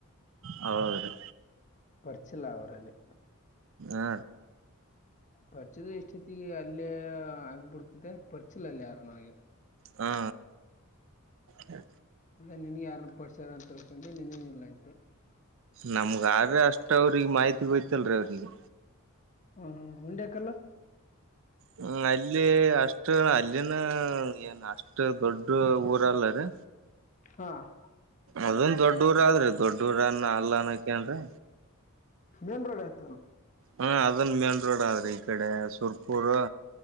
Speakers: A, on the right; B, on the left.
A: ಹೌದ್ರಿ
B: ಪರ್ಚಿಲ್ಲ ಅವರಲ್ಲಿ
A: ಆ
B: ಪರಿಚದ ಇಷ್ಟೊತ್ತಿಗೆ ಅಲ್ಲೇ ಆಗ್ಬಿಡ್ತದೆ ಪರ್ಚಲ ಅಲ್ಲಿ ಯಾರ ನಿ
A: ಹ್ಮ ಹ
B: ಅಂದ್ರೆ ನನ್ಗೆ ಯಾರನ್ನ ಪಡ್ಸಾರ ಅಂತ ತಿೇಳ್ಕೊಂಡೆ ನನು ಇಲ್ಲಂತೆ
A: ನಮ್ಗ್ರೀ ಅಷ್ಟ ಅವ್ರಿಗೆ ಮಾಹಿತಿ ಗೋಯ್ತಲ್ರಿೀ ಅವ್ರಿಗೆ
B: ಹಾ ಹಾ ಉಂಡ್ಯಾಕಲ್ಲ
A: ಹ್ಮ ಅಲ್ಲಿ ಅಷ್ಟು ಅಲ್ಲಿನ ಏನ್ ಅಷ್ಟ ದೊಡ್ಡ ಊರ ಅಲ್ಲ ರೀ
B: ಹಾಂ
A: ಅದೊಂದ ದೊಡ್ಡ ಊರ ಆದ್ರೆ ಅದು ದೊಡ್ಡೂರನ್ನ ಅಲ್ಲನಕನ್್ರೀ
B: ಮೇನ್ ರೋಡ್ ಇತಲ್ಲ
A: ಹಾ ಅದನ್ ಮೇನ್ ರೋಡ್ ಆದ್ರೆ ಈ ಕಡೆ ಸುರ್ಪ ಪುರ್